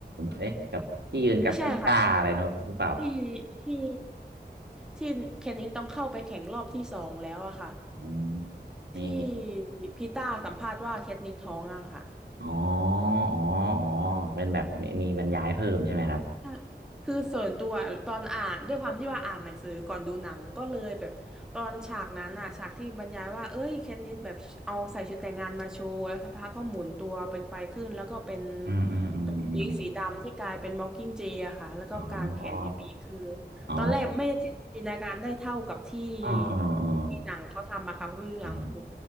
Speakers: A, on the right; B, in the centre.
A: เอ๊ะกับที่ยืนกับพีต้าอะไรเนอะรู้เปล่า
B: ไม่ใช่ค่ะที่ที่ที่แคทนิสต้องเข้าไปแข่งรอบที่สองแล้วอะค่ะ
A: อืมมีมี
B: ที่พีต้าสัมภาษณ์ว่าแคทนิสท้องอะค่ะ
A: อ๋ออ๋ออ๋อเป็นแบบมีมีบรรยายเพิ่มใช่ไหมครับ
B: ใช่คือส่วนตัวตอนอ่านด้วยความที่ว่าอ่านหนังสือก่อนดูหนังก็เลยแบบตอนฉากนั้นน่ะฉากที่บรรยายว่าเอ้ยแคทนิสแบบเอาใส่ชุดแต่งงานมาโชว์แล้วสักพักก็หมุนตัวเป็นไฟขึ้นแล้วก็เป็น
A: อืมอืมอืมอืมอม
B: เป็นวิกสีดำที่กลายเป็นมอคกิ้งเจอะค่ะแล้วก็กางแขนไปปีกคือ
A: อ๋ออ๋อ
B: ตอนแรกไม่ได้จินตนาการได้เท่ากับที่
A: อ๋ออ๋ออ๋อ
B: ที่หนังเขาทำมะค่ะเพราะไปดูหนังโห
A: อ๋อ